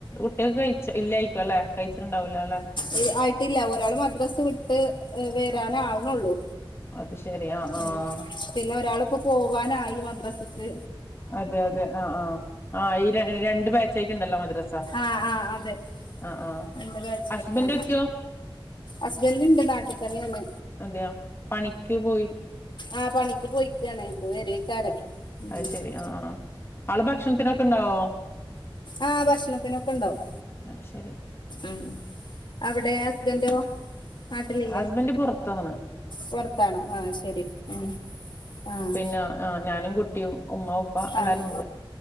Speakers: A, on the left; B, on the left.
A: കുട്ടികൾ കയ്ച് ഇല്ലേയ്ക്കുഅല്ലേ കയ്ച്ണ് ണ്ടാവു ലല്ലേ
B: ഏഹ് ആയിട്ടില്ല ഒരാള് മദ്രാസ് വിട്ട് വരാനാവ്ണൊള്ളു
A: അത് ശെരി ആഹ്
B: ഉം
A: ആഹ്
B: പിന്നെ ഒരാള്‌പ്പോ പോവാനായി മദ്രസ്ക്ക്
A: അതെ അതെ ആഹ് ആഹ് ആഹ് ഈ രണ്ട് ബേച്ചായിട്ടുണ്ടല്ലോ മദ്രസ.
B: ആഹ് ആഹ് അതെ
A: ആഹ് ആഹ്
B: രണ്ട് ബേച്ചായിട്ട്ണ്ട്
A: ഹസ്ബൻഡ് ഒക്കെയോ
B: അസ്ബന്റിണ്ട് നാട്ട്ത്തന്നെയാണ്.
A: അതെയ പണിക്ക് പോയി
B: ആഹ് പണിക്ക് പോയിക്കാണ് ഇപ്പൊ വരേക്കാരം ഉം
A: അയ് ശെരി ആഹ് ആഹ് ആള് ഭക്ഷണത്തിനൊക്കെണ്ടാവോ
B: ആ ഭക്ഷണത്തിനൊക്കെ ഉണ്ടാവും
A: അത് ശെരി.
B: ഉം അവിടെ ഹസ്ബന്റൊ? നാട്ടിലില്ലെ
A: ഹസ്ബൻഡ് പുറത്താണ്
B: പൊറത്താണോ ആഹ് ശെരി ആഹ് ആഹ്
A: പിന്നെ ആഹ് ഞാനും കുട്ടിയും ഉമ്മ ഉപ്പ
B: ആഹ്
A: എല്ലാരും ഉണ്ട്